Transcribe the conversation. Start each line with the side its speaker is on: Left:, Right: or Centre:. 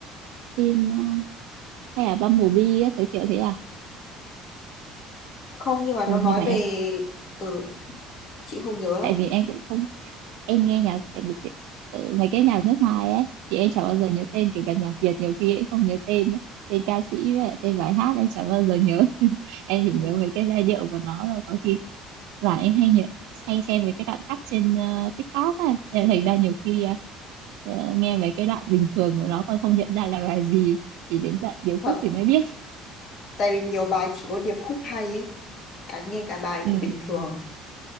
Right: Phim ờ, hay là Bumblebee á, kiểu kiểu thế à?
Left: không nhưng mà nó
Right: Ôi,
Left: nói
Right: nhưng mà
Left: về
Right: em,
Left: ừ chị không nhớ lắm
Right: tại vì em cũng không, em nghe nhạc tại vì cái- ừ, mấy cái nhạc nước ngoài ấy, thì em chả bao giờ nhớ tên, kể cả nhạc Việt nhiều khi em không nhớ tên ấy. Tên ca sĩ với lại tên bài hát em chả bao giờ nhớ. <laughs> Em chỉ
Left: ừ.
Right: nhớ mấy cái giai điệu của nó thôi, có khi và em hay nhớ- hay xem về cái đoạn cắt trên ờ, TikTok ấy Thế là thành ra nhiều khi ờ, ờ, nghe về cái đoạn bình thường của nó còn không nhận ra là bài gì chỉ đến đoạn điệp
Left: thật
Right: khúc thì mới biết
Left: tại vì nhiều bài chỉ có điệp khúc hay ấy cả nghe cả bài
Right: ừ.
Left: thì bình thường